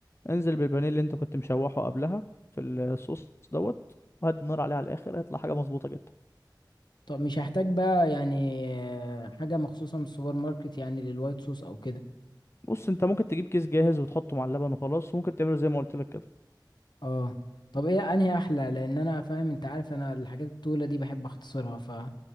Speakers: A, on the left; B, on the left.
A: انزل بالبانيه اللي انت كنت مشوحه قبلها في الصوص دوت وهدي النار عليه على الاخر هيطلع حاجة مظبوطة جدا
B: طب مش هحتاج بقى يعني آه، حاجة مخصوصة من السوبر ماركت يعني للوايت صوص او كده
A: بص انت ممكن تجيب كيس جاهز وتحطه مع اللبن وخلاص وممكن تعمله زي ما قلت لك كده
B: اه طب ايه انهي احلى لان انا فاهم انت عارف انا الحاجات الطويلة دي بحب اختصرها فلو